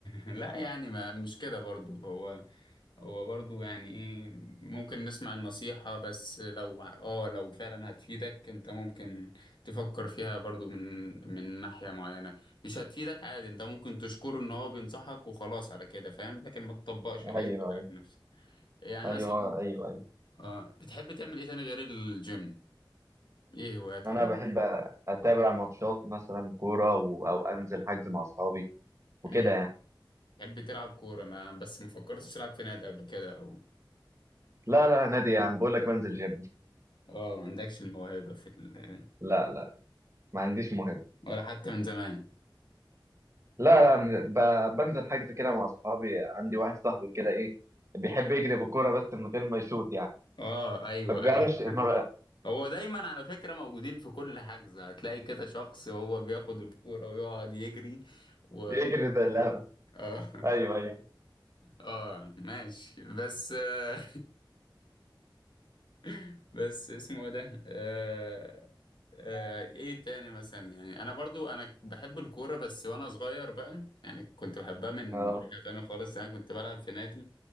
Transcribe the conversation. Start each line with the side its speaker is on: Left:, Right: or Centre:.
Left: لا يعني ما مش كده برضو هو هو برضو يعني ايه ممكن نسمع النصيحة بس لو اه لو فعلا هتفيدك انت ممكن تفكر فيها برضو من من ناحية معينة مش هتفيدك عادي انت ممكن تشكره ان هو بينصحك وخلاص على كده فاهم لكن ما تطبقش
Right: ايوه
Left: اي حاجة
Right: ايوه
Left: على نفسك يعني
Right: ايوه
Left: مثلا
Right: ايوه ايوه
Left: اه بتحب تعمل ايه تاني غير الجيم ايه هواياتك
Right: انا بحب اتابع ماتشات مثلا كوره و... او انزل حجز مع اصحابي وكده
Left: امم
Right: يعني
Left: تحب تلعب كورة ما بس ما فكرتش تلعب في نادي قبل كده او
Right: لا لا نادي يعني بقول لك بنزل جيم
Left: اه ما عندكش الموهبة في ال...
Right: لا لا ما عنديش مهم
Left: ولا حتى من زمان
Right: لا لا من- ب- بنزل حجز كده مع اصحابي عندي واحد صاحبي كده ايه بيحب يجري بالكوره بس من غير ما يشوط يعني
Left: اه ايوه
Right: ما بيعرفش
Left: ايوه
Right: ما
Left: <laughs>
Right: بقى
Left: هو دايما على فكرة موجودين في كل حجز هتلاقي كده شخص هو بياخد الكورة ويقعد يجري و
Right: يجري زي اللعبه
Left: اه <laughs>
Right: ايوه ايوه
Left: اه ماشي بس آه، <laughs> بس اسمه ايه ده آه، آه، ايه تاني مثلا يعني انا برضو انا بحب الكورة بس وانا صغير بقى يعني كنت بحبها من
Right: اه
Left: حاجة تانية خالص يعني كنت بلعب في نادي